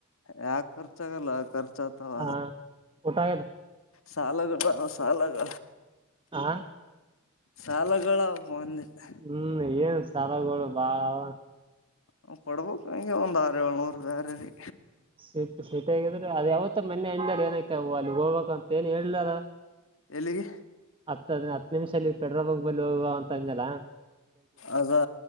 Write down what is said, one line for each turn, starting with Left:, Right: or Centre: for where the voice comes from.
Left: ಯಾಕ ಖರ್ಚ ಆಾಗಲ್ಲ ಖರ್ಚ ಆತಾವ.
Right: ಹ ಊಟ ಆಗ್ಯದ
Left: ಸಾಲ ಗಡ ಸಾಲಾಗ.
Right: ಆ.
Left: ಸಾಲಗಳ ಬಂದಿದೆ.
Right: ಹೂ ಏನ್ ಸಾರೋಗಳು ಬಾಳ ಅವ.
Left: ಹ ಕೊಡ್ಬೇಕು ಹಂಗೆ ಒಂದ್ ಆರು ಏಳ್ನೂರು ಬೇರೆ ರೀ.
Right: ಸಿಟ್ಟ ಸಿಟ್ಟ ಆಗಿದ್ರೆ ಅದ ಯಾವತ್ತ ಮೊ ಅಣ ಏನಕ ಅಲ್ಲಿಗ್ ಹೋಗ್ಬೇಕು ಅಂತ ಏನ್ ಹೇಳಲಾರ.
Left: ಎಲ್ಲಿಗೆ.
Right: ಹತ್ತದ್ ಹತ್ ನಿಮಿಷಲ್ಲಿ ಪೆಡ್ರೋ ಹೋಗ ಬ ಹೋಗುವ ಅಂತ ಅಂಜಲ.
Left: ಅದ